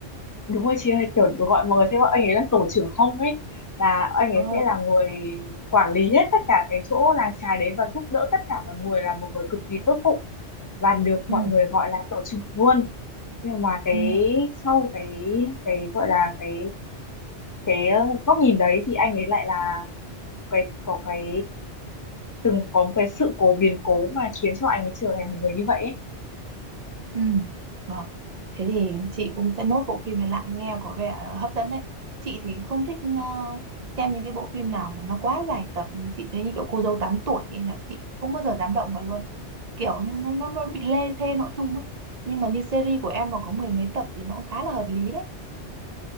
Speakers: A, on the left; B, on the right.
A: đúng rồi chị ơi kiểu gọi mọi người sẽ gọi anh ấy là tổ trưởng hông ấy là anh ấy
B: Ờ.
A: sẽ là người quản lý hết tất cả cái chỗ làng chài đấy và giúp đỡ tất cả mọi người là một người cực kỳ tốt bụng và được
B: ừ
A: mọi người gọi là tổ trưởng luôn nhưng mà cái
B: Ừ.
A: sau cái cái gọi là cái cái ờ, góc nhìn đấy thì anh ấy lại là cái có cái từng có một cái sự cố biến cố mà khiến cho anh ấy trở thành một người như vậy ấy.
B: Ừ, vâng. Thế thì chị cũng sẽ nốt bộ phim này lại nghe có vẻ hấp dẫn đấy. Chị thì không thích ờ, xem những cái bộ phim nào mà nó quá dài tập. Chị thấy như kiểu cô dâu 8 tuổi ấy là chị không bao giờ dám động vào luôn. Kiểu như nó nó nó bị lê thê nội dung ấy. Nhưng mà như series của em mà có mười mấy tập thì nó cũng khá là hợp lý đấy.